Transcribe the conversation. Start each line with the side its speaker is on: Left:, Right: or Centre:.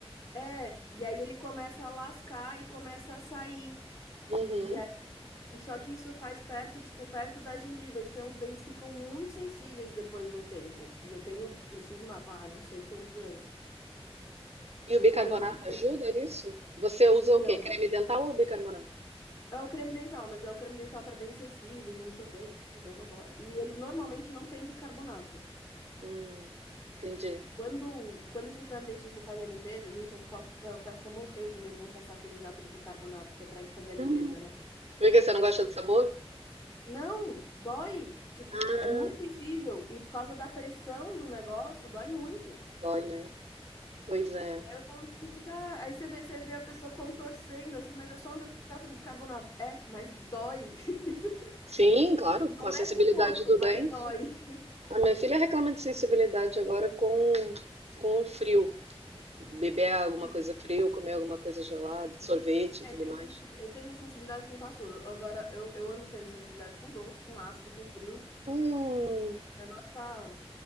Left: É, e aí ele começa a lascar e começa a sair.
Right: Uhum.
Left: E aí, e só que isso faz perto, tipo, perto da gengiva, então os dentes ficam muito sensíveis depois de um tempo. E eu tenho bruxismo há, pá, não sei quantos anos.
Right: E o bicarbonato
Left: E eu não,
Right: ajuda nisso? Você usa
Left: não.
Right: o quê? Creme dental ou bicarbonato?
Left: É o creme dental, mas é o creme dental para dentes sensíveis e não sei o quê, blá blá blá. E eles normalmente não têm bicarbonato.
Right: Hum, entendi.
Left: Quando, quando a gente vai no dentista e faz a limpeza, gente, eu, falo- eu peço pra morrer quando eles vão passar aquele jato de bicarbonato que é pra ele fazer a limpeza,
Right: Hum.
Left: né?
Right: Por que você
Left: Nossa,
Right: não gosta do sabor?
Left: não, dói, tipo,
Right: Ah,
Left: é muito sensível e por causa da pressão do negócio, dói muito.
Right: dói, né? Pois é.
Left: Aí eu falo, tipo, cara, aí você vê, você vê a pessoa contorcendo assim, mas é só um jato de bicarbonato. É, mas dói. <laughs>
Right: Sim, claro, com
Left: Não
Right: a sensibilidade
Left: é suposto,
Right: do
Left: mas
Right: dente.
Left: dói.
Right: A minha filha reclama de sensibilidade agora com, com o frio. Beber alguma
Left: <laughs>
Right: coisa fria, ou comer alguma coisa gelada, sorvete
Left: É,
Right: e tudo
Left: tem
Right: mais.
Left: gente que. Eu tenho sensibilidade com caçudo. Agora, eu, eu ando tendo sensibilidade com doce, com ácido, com frio.
Right: Hum,
Left: O negócio tá.